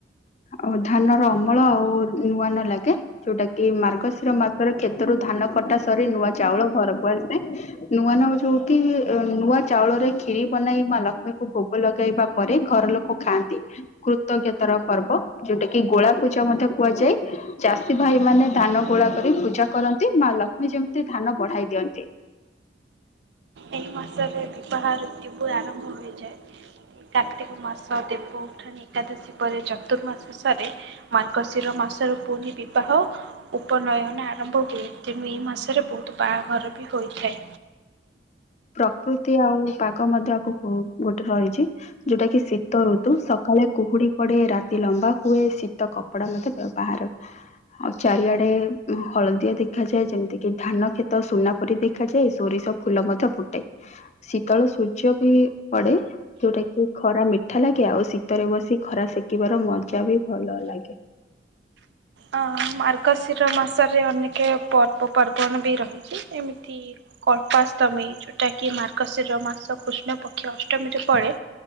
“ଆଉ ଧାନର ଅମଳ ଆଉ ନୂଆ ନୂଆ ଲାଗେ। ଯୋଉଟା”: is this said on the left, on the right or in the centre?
Left